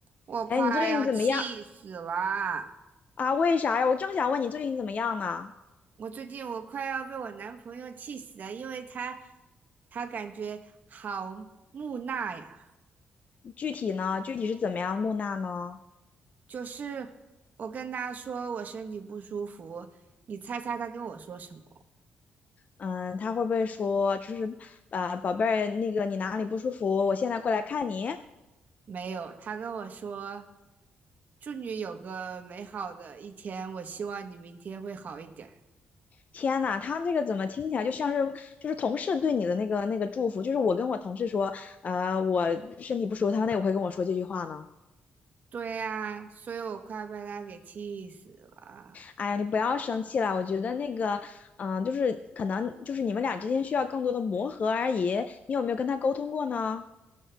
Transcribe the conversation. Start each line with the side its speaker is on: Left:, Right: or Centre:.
Right: 我快要气死了！
Left: 哎，你最近怎么样啊？为啥呀？我正想问你最近怎么样呢？
Right: 我最近我快要被我男朋友气死了，因为他他感觉好木讷呀。
Left: 具体呢？具体是怎么样木讷呢？
Right: 就是我跟他说我身体不舒服，你猜猜他跟我说什么？
Left: 嗯，他会不会说就是，啊，宝贝儿，那个你哪里不舒服？我现在过来看你。
Right: 没有，他跟我说祝你有个美好的一天，我希望你明天会好一点儿
Left: 天呐，他这个怎么听起来就像是就是同事对你的那个那个祝福？就是我跟我同事说，呃，我身体不舒服，他那也会跟我说这句话呢。
Right: 对呀，所以我快被他给气死了。
Left: 哎呀，你不要生气了，我觉得那个，嗯、就是可能就是你们俩之间需要更多的磨合而已。你有没有跟他沟通过呢？